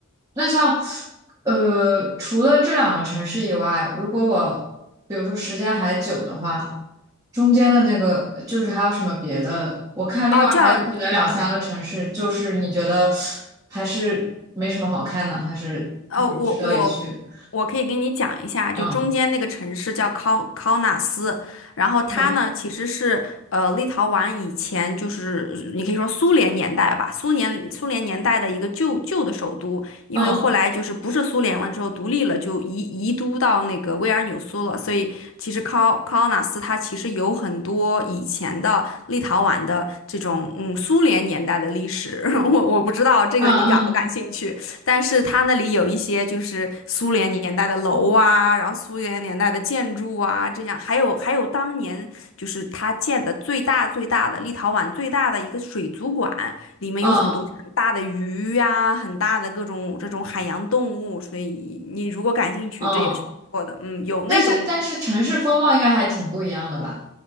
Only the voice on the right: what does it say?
那像，呃，除了这两个城市以外，如果我比如说时间还久的话，中间的那个就是还有什么别的？我看另外还有可能两三个城市，
就是你觉得还是没什么好看的，还是也值得一去？
嗯
嗯
嗯
嗯嗯
嗯嗯。嗯
嗯
但是但是城市风貌应该还挺不一样的吧？